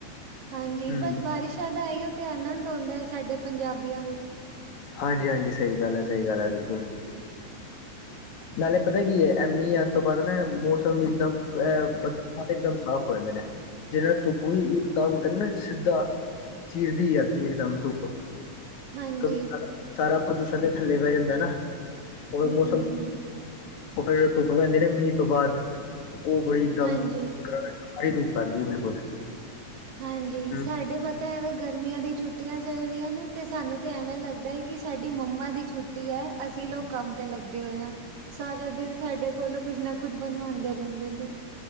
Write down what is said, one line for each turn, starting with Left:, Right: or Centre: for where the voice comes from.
Right: ਹਾਂਜੀ
Left: ਹਮ
Right: ਬਸ ਬਾਰਿਸ਼ਾਂ ਦਾ ਹੈ ਹੀ ਉਹ ਤੇ ਆਨੰਦ ਹੋਂਦਾ ਹੈ ਸਾਡੇ ਪੰਜਾਬੀਆਂ ਵਿੱਚ।
Left: ਹਾਂਜੀ-ਹਾਂਜੀ ਆ, ਸਹੀ ਗੱਲ ਹੈ-ਸਹੀ ਗੱਲ ਹੈ ਬਿਲਕੁਲ। ਨਾਲੇ ਪਤਾ ਕੀ ਹੈ ਐਮੀ ਯਦ ਤੋਂ ਬਾਅਦ ਨਾ ਮੌਸਮ ਇੱਕਦਮ ਇਹ ਬੱਦਲ ਇਕਦਮ ਸਾਫ਼ ਹੋ ਜਾਂਦੇ ਨੇ। ਜਿਹੇ ਧੁੱਪ ਵੀ ਇਕਦਮ ਕਹਿੰਦੇ ਨਾ ਸਿੱਧਾ, ਚੀਰਦੀ ਆਉਂਦੀ ਇੱਕਮ ਧੁੱਪ।
Right: ਹਾਂਜੀ
Left: ਕਿਉਂਕਿ ਸਾਰਾ ਪ੍ਰਦੂਸ਼ਣ ਤੇ ਥੱਲੇ ਬੈ ਜਾਂਦਾ ਨਾ, ਉਹਵੇ
Right: ਹੂੰ
Left: ਮੌਸਮ-
Right: ਹੂੰ
Left: ਉਹ ਫੇਰ ਧੁੱਪ ਪੈਂਦੇ ਨੇ ਮੀਂਹ ਤੋਂ ਬਾਅਦ, ਉਹ ਬੜੀ ਇਕਦਮ
Right: ਹਾਂਜੀ।
Left: ਆਹੀ ਧੂੱਪ ਆਂਦੀ ਬਿਲਕੁਲ
Right: ਹਾਂਜੀ
Left: ਹਮ
Right: ਸਾਡੇ ਪਤਾ ਐਵੇ ਗਰਮੀਆਂ ਦੀ ਛੁੱਟੀਆਂ ਚੱਲ ਰਹੀਆਂ ਨੇ ਤੇ ਸਾਨੂੰ ਤਾਂ ਐਵੇਂ ਲੱਗਦਾ ਹੈ ਕਿ ਸਾਡੀ ਮੰਮਾ ਦੀ ਛੁਟ ਟੀ ਹੈ ਅਸੀਂ ਲੋਕ ਕੰਮ ਤੇ ਲੱਗੇ ਹੋਏ ਹਾਂ। ਸਾਰਾ ਦਿਨ ਸਾਡੇ ਕੋਲੋਂ ਕੁਛ ਨਾ ਕੁਛ ਬਣਵਾਉਂਦੇ ਰਹਿੰਦੇ ਨੇ।